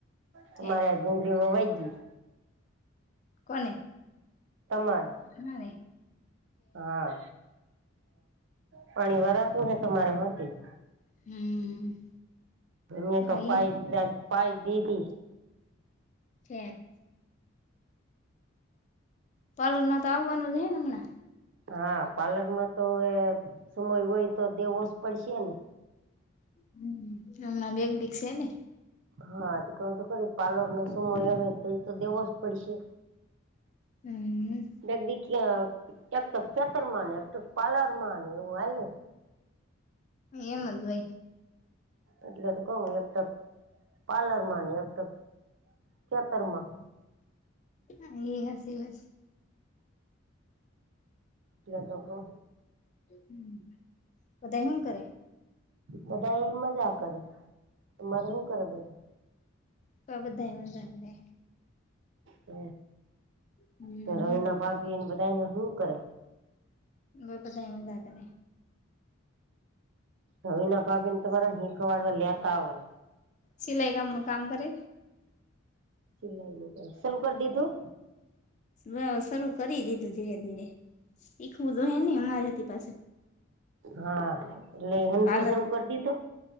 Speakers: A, on the left; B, on the right.
A: ઠેક
B: તમારે આ ડુંગળી વવાઈ ગઈ.
A: કોને?
B: તમારે?
A: નઈ.
B: હા પાણી વરાતું હે તમારે હરખું?
A: હમ.
B: મે ક <unintelligible>
A: એ
B: પાય પાઈ દીધ હતી.
A: હમ. પાર્લરમાં તો આવવાનું એમને?
B: હા પાર્લરમાં તો એ સમય હોય તો દેવો જ પડશે ને?
A: હમ, હમણા બેક દી સે ને?
B: હા ક તો ખરે પાલર નો સમય એય તો એ તો દેવો જ પડશે.
A: હમ.
B: એક દી એક પગ ખેતર માં ને એક પગ પાર્લર માં ને એવું હાલે.
A: એમજ હોય.
B: એટલે તો કવું એક તક પાર્લર માં ને એક તક ખેતરમાં.
A: હા એ હસી બસ.
B: એટલે તો કવ
A: હમ, બધા હું કરે?
B: બધા એ મજા કરે, તમારે શું કરે બધા?
A: તો બધા મજા કરે.
B: હ
A: હમ
B: તો રવિના ભાભી એને બધાને હું કરે?
A: હવે બધા ઓલા ઘરે
B: રવિના ભાભી ને તમારા હિખવડવા લેતા આવો
A: સિલાઈ કામનું કામ કરે
B: <inaudible> ચાલું કરી દીધું?
A: હોવ શરૂ કરી દીધું ધીરે ધીરે શીખવું તો હે નહી અમારી થી પાસે.
B: હા એટલે હંસો
A: પાર્લર
B: શરૂ કરી દીધો?